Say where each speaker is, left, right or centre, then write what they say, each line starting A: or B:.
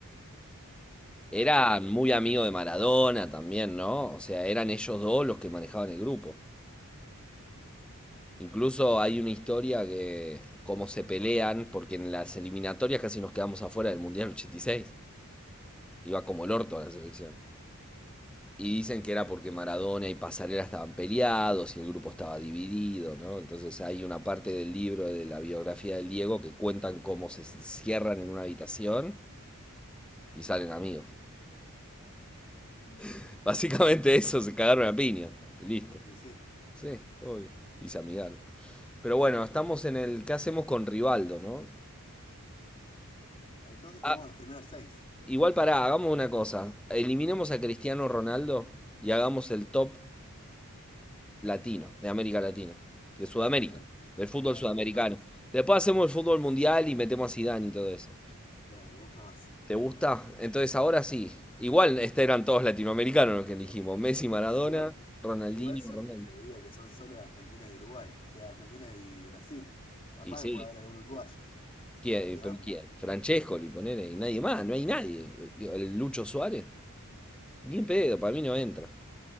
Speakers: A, in the centre; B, on the left.
A: Eran
B: Qué bárbaro.
A: muy amigos de Maradona también, ¿no? O sea, eran ellos dos los que manejaban el grupo. Incluso hay una historia que, cómo se pelean, porque en las eliminatorias casi nos quedamos afuera del Mundial 86. Iba como el orto a la selección. Y dicen que era porque Maradona y Pasarela estaban peleados y el grupo estaba dividido, ¿no? Entonces hay una parte del libro de la biografía del Diego que cuentan cómo se cierran en una habitación y salen amigos. <laughs> Básicamente eso, se cagaron a piña. Y listo.
B: Y sí.
A: Sí, obvio. Y se amigaron. Pero bueno, estamos en el ¿qué hacemos con Rivaldo, no?
B: Entonces tenemos
A: Ah,
B: los primeros seis.
A: igual pará, hagamos una cosa. Eliminemos a Cristiano Ronaldo y hagamos el top latino, de América Latina, de Sudamérica,
B: Ok.
A: del fútbol
B: Dale,
A: sudamericano.
B: me gusta más.
A: Después hacemos el fútbol mundial y metemos a Zidane y todo eso.
B: Dale, me gusta más.
A: ¿Te gusta? Entonces ahora sí. Igual este eran todos latinoamericanos los que elegimos. Messi, Maradona,
B: Igual,
A: Ronaldinho,
B: igual so-
A: Ronaldo.
B: te digo que son solo de Argentina y Uruguay. De Argentina y Brasil. Capaz
A: Y sí,
B: que puede haber algún uruguayo.
A: ¿quién?
B: De
A: Eh,
B: onda.
A: pero ¿quién? Francescoli, ponele, y nadie más, no hay nadie. Digo, El Lucho Suárez, bien pedo, para mí no entra.